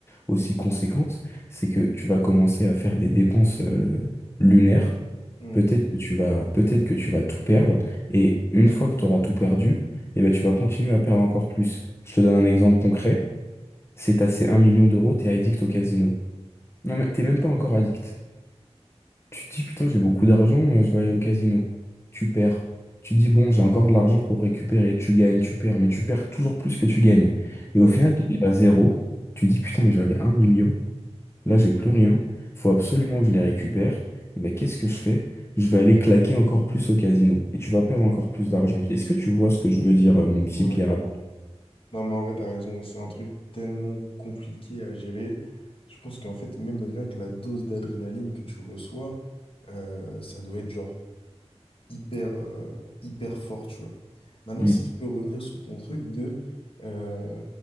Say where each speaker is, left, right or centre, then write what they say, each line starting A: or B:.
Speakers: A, on the left; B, on the left.
A: aussi conséquente, c'est que tu vas commencer à faire des dépenses euh, lunaires.
B: Mm.
A: Peut-être que tu vas, peut-être que tu vas tout perdre, et une fois que tu auras tout perdu, eh ben, tu vas continuer à perdre encore plus. Je te donne un exemple concret. C'est assez un million d'euros, t'es addict au casino. Non, mais t'es même pas encore addict. Tu te dis, putain, j'ai beaucoup d'argent, euh, je vais aller au casino. Tu perds. Tu te dis, bon, j'ai encore de l'argent pour récupérer. Tu gagnes, tu perds, mais tu perds toujours plus que tu gagnes.
B: Ouais.
A: Et au final, tu t'arrives à zéro. Tu te dis, putain, mais j'avais un million. Là, j'ai plus rien. Faut absolument que je les récupère. Et ben, qu'est-ce que je fais? Je vais aller claquer encore plus au casino. Et tu vas perdre encore plus d'argent. Est-ce que tu vois ce que je veux dire, euh, mon petit
B: Ouais,
A: Pierre?
B: clairement. Non, mais en vrai, t'as raison. C'est un truc tellement compliqué à gérer. Je pense qu'en fait, même rien que la dose d'adrénaline que tu reçois, euh, ça doit être genre hyper, euh, hyper fort, tu vois. Maintenant,
A: Hmm.
B: si tu peux revenir sur ton truc de, euh,